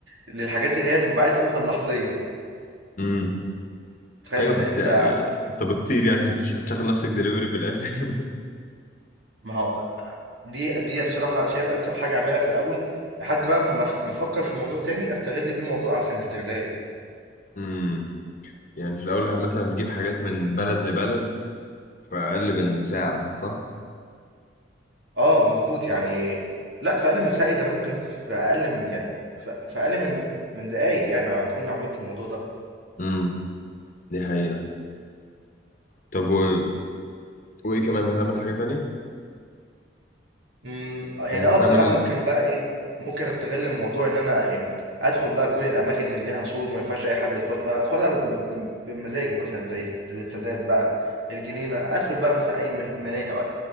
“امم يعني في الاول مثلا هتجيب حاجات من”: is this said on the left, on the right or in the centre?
Left